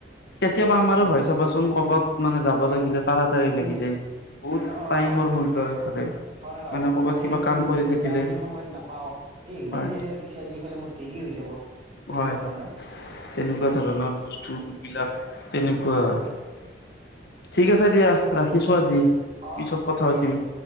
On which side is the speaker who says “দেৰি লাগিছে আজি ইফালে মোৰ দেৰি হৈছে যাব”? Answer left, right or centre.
Right